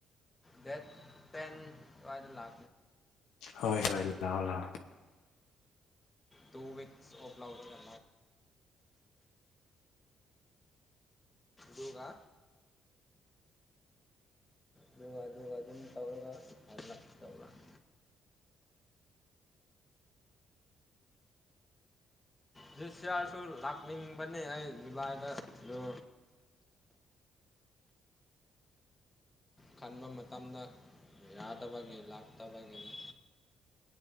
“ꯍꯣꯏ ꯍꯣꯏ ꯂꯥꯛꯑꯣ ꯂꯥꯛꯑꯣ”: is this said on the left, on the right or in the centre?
Left